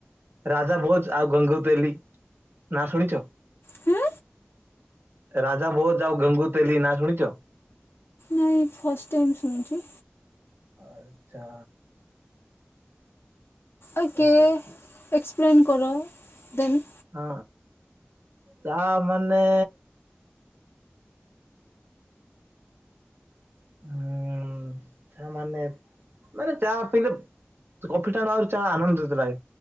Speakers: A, on the right (about 65°); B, on the left (about 65°).
A: ରାଜା ଭୋଜ ଆଉ ଗଙ୍ଗୁ ତେଲି ନାଁ ଶୁଣିଛ
B: ହୁଁ
A: ରାଜା ବୋଜ୍ ଯାଉ ଗଙ୍ଗୁ ତେଲି ନାଁ ଶୁଣିଛ
B: ନାଇଁ ଫାଷ୍ଟ ଟାଇମ୍ ଶୁଣୁଛି।
A: ଆଛା
B: ଓକେ
A: କଫି
B: ଏ ପ୍ଲେନ୍ କର ଦେନ୍
A: ହଁ ତା ମାନେ ଉଁ ଚା ମାନେ ମାନେ ଚା ପିଇଲେ କଫି ଟାଣ ଆ ଚା ଆନନ୍ଦିତ ଲାଗେ